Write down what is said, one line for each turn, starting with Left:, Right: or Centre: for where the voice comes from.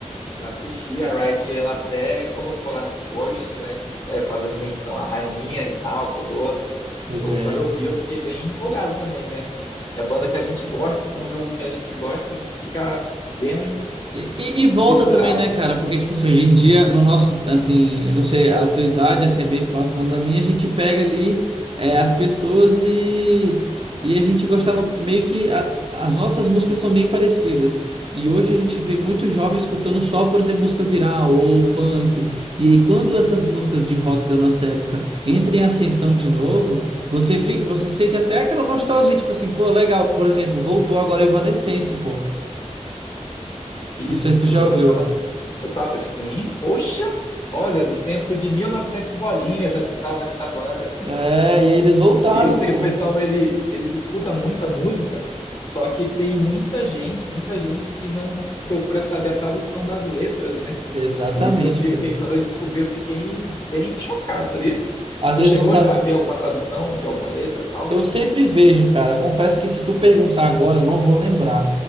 Left: Eu assisti a Wright, ela até colocou lá no post, né? é, fazendo menção à rainha e tal, à coroa.
Right: Pois
Left: Eu,
Right: é.
Left: quando eu vi, eu fiquei bem empolgado também, né? É banda que a gente gosta, com um jogo que a gente gosta, a gente fica bem
Right: E, e- e volta
Left: fissurado.
Right: também, né, cara? Porque, tipo assim, hoje em dia, no nosso, assim, eu não sei, a tua idade, assim, é bem próxima da minha, a gente pega ali é, as pessoas e, e a gente gostava meio que a- as nossas músicas são bem parecidas. E hoje a gente vê muitos jovens escutando só, por exemplo, música viral ou funk. E aí, quando essas músicas de rock da nossa época entram em ascensão de novo, você, fi- você sente até aquela nostalgia, tipo assim, pô, legal, por exemplo, voltou agora Evanescence, pô.
Left: Isso,
Right: Não sei se tu já ouviu.
Left: eu tava, assi- eu tava, sim, poxa, olha, do tempo de 1900 e novecentos e bolinha, eu já escutava essa banda.
Right: É, e eles voltaram,
Left: E eu, te-
Right: pô.
Left: o pessoal, ele, eles escutam muita música, só que tem muita gente, muita gente que não procura saber a tradução das letras, né?
Right: Exatamente,
Left: E isso eu fiquei,
Right: cara.
Left: quando eu descobri, eu fiquei bem chocado, sabia?
Right: Às
Left: Tu
Right: vezes
Left: chegou
Right: não sabe.
Left: já a ver alguma tradução de alguma letra, tal?
Right: Eu sempre vejo, cara. Confesso que se tu perguntar agora, eu não vou lembrar.